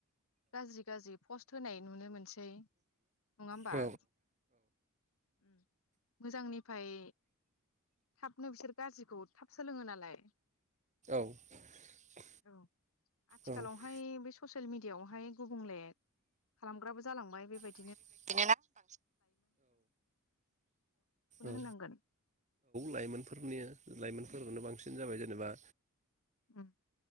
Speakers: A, on the left (about 70°); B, on the right (about 35°).
A: गाज्रि गाज्रि पस्ट होनाय नुनो मोनस सै नङा होमबा
B: औ
A: उम मोजांनिफ्राय थाबनो बिसोर गाज्रिखौ थाब सोलोङो नालाय
B: <inaudible>
A: औ आथिखालावहाय
B: औ
A: बे स ससियेल मिडियायावहाय गुबुंले खालामग्राबो जालांबाय बेबायदि
B: <unintelligible> औ औ औ
A: होननांगोन
B: लाइमोनफोरनिया लाइ फोरखौनो बांसिन जाबाय जेनेबा
A: उम